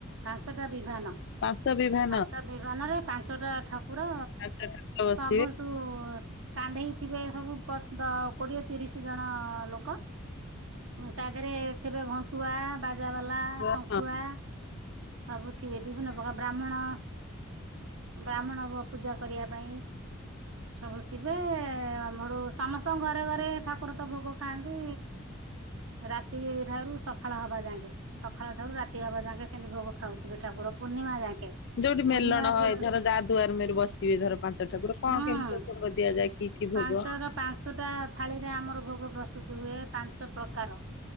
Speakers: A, on the right; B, on the left.
A: ପାଞ୍ଚଟା ବିଭାନ।
B: ପାଞ୍ଚ ବିଭା
A: ପାଞ୍ଚ ବିମାନରେ ପାଞ୍ଚଟା ଠାକୁର
B: ପାଞ୍ଚ ଠାକୁର ବସିଥିବେ।
A: ସବୁ ତୁ କାନ୍ଦେଇଥିବେ ସବୁ, ପ ଦ କୋଡିଏ ତିରିସି ଜଣ ଲୋକ। ତା ଦେହେରେ ଥିବେ ଘଣ୍ଟୁଆ, ବାଜାବାଲା,
B: ହଁ
A: ଶଙ୍ଖୁଆ
B: ହଁ।
A: ସବୁ ଥିବେ। ବିଭିନ୍ନ ପ୍ରକାର ବ୍ରାହ୍ମଣ ବ୍ରାହ୍ମଣ ପୂଜା କରିବା ପାଇଁ ସବୁ ଥିବେ, ଆମର ସମସ୍ତଙ୍କ ଘରେ ଘରେ ଠାକୁର ତ ଭୋଗ ଖାଆନ୍ତି ରାତି ଠାରୁ ସକାଳ ହବା ଯାଙ୍କେ। ସକାଳ ଠାରୁ ରାତି ହବା ଯାଙ୍କେ ସେମିତି ଭୋଗ ଖାଉଥିବେ ଠାକୁର। ପୂର୍ଣ୍ଣିମା ଯାଙ୍କେ
B: ଯୋଉଠି ମେଲଣ
A: ପୂର୍ଣ୍ଣିମା
B: ହଏ
A: ଦିନ
B: ଧର ଯା ଦୁଆର ମୁହଁରେ ବସିବେ ଧର ପାଞ୍ଚ ଠାକୁର କଣ
A: ହୁଁ।
B: କେମିତି ଭୋଗ ଦିଆଯାଏ କି କି
A: ପାଞ୍ଚର
B: ଭୋଗ?
A: ପାଞ୍ଚଟା ଥାଳି ରେ ଆମର ଭୋଗ ପ୍ରସ୍ତୁତ୍ ହୁଏ। ପାଞ୍ଚ ପ୍ରକାର।